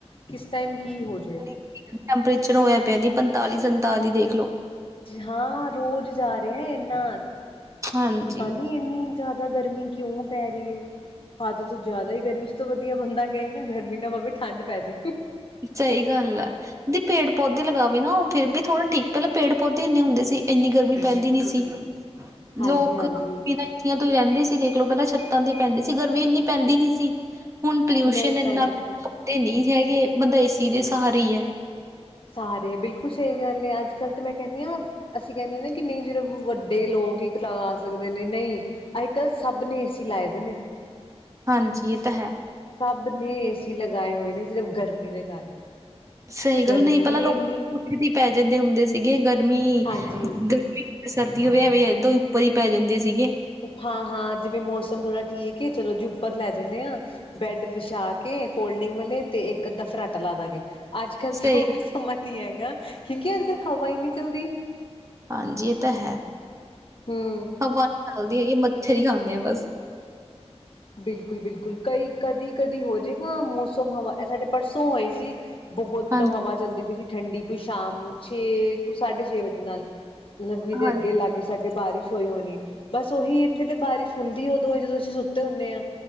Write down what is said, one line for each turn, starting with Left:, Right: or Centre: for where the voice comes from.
Left: ਕਿਸ ਟਾਈਮ ਕੀ ਹੋਜੇ?
Right: ਟੈਂਮਪਰੇਚਰ ਹੋਇਆ ਪਿਆ ਦੀ, ਪੰਤਾਲੀ, ਸੰਤਾਲੀ ਦੇਖਲੋ।
Left: ਹਾਂ, ਰੋਜ਼ ਜਾ ਰਹੇ ਆ ਇੰਨਾ,
Right: ਹਾਂਜੀ
Left: ਪਤਾ ਨੀ ਇੰਨੀ ਜ਼ਿਆਦਾ ਗਰਮੀ ਕਿਉਂ ਪੈ ਰਹੀ ਏ। ਹੱਦ ਤੂੰ ਜਿਆਦਾ ਈ ਗਰਮੀ, ਇਸ ਤੋਂ ਵਧੀਆ ਬੰਦਾ ਕਹੇ ਗਰਮੀ ਨਾ ਪਵੇ ਠੰਡ ਪੈਜੇ।
Right: ਸਹੀ ਗੱਲ ਆ, ਨਹੀਂ ਪੇੜ-ਪੌਦੇ ਲਗਾਵੇ ਨਾ ਉਹ ਫੇਰ ਵੀ ਥੋੜਾ ਠੀਕ ਪੈਲਾਂ ਪੇੜ, ਪੌਦੇ ਇੰਨੇ ਹੁੰਦੇ ਸੀ ਇੰਨੀ ਗਰਮੀ ਪੈਂਦੀ ਨੀ ਸੀ।
Left: ਹਾਂਜੀ-ਹਾਂਜੀ
Right: ਲੋਕ ਈ ਰੈਂਦੇ ਸੀ ਦੇਖਲੋ ਪੈਲਾਂ ਛੱਤਾਂ ਦੀ ਪੈਂਦੀ ਸੀ ਗਰਮੀ ਇੰਨੀ ਪੈਂਦੀ ਨੀ ਸੀ। ਹੁਣ ਪੋਲਿਊਸ਼ਨ
Left: ਨਹੀਂ
Right: ਇੰਨਾ
Left: ਪੈਂਦੀ ਸੀ।
Right: ਤੇ ਨੀ ਹੈਗੇ ਬੰਦਾ ਏ ਸੀ ਦੇ ਸਹਾਰੇ ਈ ਐ।
Left: ਸਹਾਰੇ ਐ ਬਿਲਕੁੱਲ ਸਈ ਗੱਲ ਐ ਅੱਜ-ਕੱਲ ਤੇ ਮੈਂ ਕੈਂਨੀ ਆ ਅਸੀਂ ਕੈਂਨੇ ਅ ਨਾ ਕਿ ਨਈ ਜਿਰਵ ਵੱਡੇ ਲੋਗ ਈ ਲੱਗਾ ਸਕਦੇ ਨੇ ਨਈ ਅੱਜ-ਕਲ ਸਭ ਨੇ ਏ ਸੀ ਲਾਏ ਦੇ ਨੇ।
Right: ਹਾਂਜੀ ਏ ਤਾਂ ਹੈ।
Left: ਸਭ ਨੇ ਏ ਸੀ ਲਗਾਏ ਹੋਏ ਨੇ ਸਿਰਫ਼ ਗਰਮੀ ਦੇ ਕਾਰਨ।
Right: ਸਹੀ
Left: ਗਰਮੀ
Right: ਗੱਲ ਨਈ ਪੈਲਾਂ ਲੋ
Left: ਇੰਨੀ
Right: ਕੋਠੇ ਤੇ ਈ ਪੈ ਜਾਂਦੇ ਹੁੰਦੇ ਸੀਗੇ ਗਰਮੀ,
Left: ਹਾਂਜੀ
Right: ਗਰਮੀ ਸਰਦੀ ਹੋਵੇ ਐਵੇਂ ਏਦੋਂ ਉੱਪਰੋ ਈ ਪੈ ਜਾਂਦੇ ਸੀਗੇ।
Left: ਹਾਂ-ਹਾਂ ਜਿਵੇਂ ਮੌਸਮ ਥੋੜਾ ਠੀਕ ਏ ਚੱਲੋ ਜੀ ਉੱਪਰ ਲੈ ਜਨੇ ਆ ਬੈਂਡ ਵਿਛਾ ਕੇ ਫੋਲਡਿੰਗ ਵਾਲੇ ਤੇ ਇੱਕ ਅੱਧਾ ਫਰਾਟਾ ਲਾ ਦਾਂਗੇ। ਅੱਜ-ਕੱਲ
Right: ਸਹੀ
Left: ਤੇ ਓ ਵੀ ਸਮਾਂ ਨੀ ਹੈਗਾ ਕਿਉਂਕਿ ਅੱਜ-ਕੱਲ ਹਵਾ ਏ ਨੀ ਚੱਲਦੀ।
Right: ਹਾਂਜੀ ਏ ਤਾਂ ਹੈ,
Left: ਹਮ
Right: ਹਵਾ ਨੀ ਚੱਲਦੀ ਹੈਗੀ ਮੱਛਰ ਈ ਖਾਨੇ ਆ ਬਸ।
Left: ਬਿਲਕੁੱਲ-ਬਿਲਕੁੱਲ ਕਈ ਕਦੀਕਦੀ ਹੋਜੇਗਾ ਮੌਸਮ ਹਵਾ ਐ ਸਾਡੇ ਪਰਸੋਂ ਹੋਏ ਸੀ ਬੋਹ ਮਤਲਬ
Right: ਹਾਂਜੀ
Left: ਹਵਾ ਚੱਲਦੀ ਪਈ ਸੀ ਠੰਡੀ ਕੋਈ ਸ਼ਾਮ ਨੂੰ ਛੇ ਕੋਈ ਸਾਢੇ ਛੇ ਵਜੇ ਨਾਲ। ਗਰਮੀ ਦੇ
Right: ਹਾਂਜੀ
Left: ਅੱਗੇ ਲਾਗੇ ਸਾਡੇ ਬਾਰਿਸ਼ ਹੋਈ ਹੋਣੀ ਬਸ ਉਹੀ ਇੱਥੇ ਤੇ ਬਾਰਿਸ਼ ਹੁੰਦੀ ਉਦੋਂ ਏ ਜਦੋਂ ਅਸੀਂ ਸੁ- ਤੇ ਹੁੰਨੇ ਆ